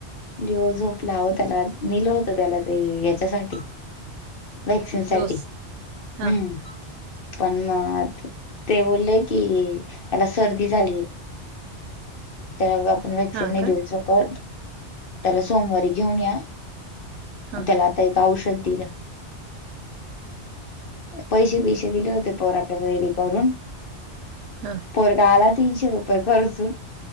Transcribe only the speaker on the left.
लिओ झोपला वो‌ त्याला निलं होत त्याला ते याच्यासाठी वॅक्सिन साठी,
हम्म पण मग ते बोलले की त्याला सर्दी झालीय. त्यामुळे आपण वॅक्सिन
नाही
देऊ शकत त्याला सोमवारी घेऊन या.
त्याला आता एक औषध दिलं पैसे बिसे दिले होते पोराकडे रेडी करून
पोरगा‌ आला तीनशे रुपये खर्चून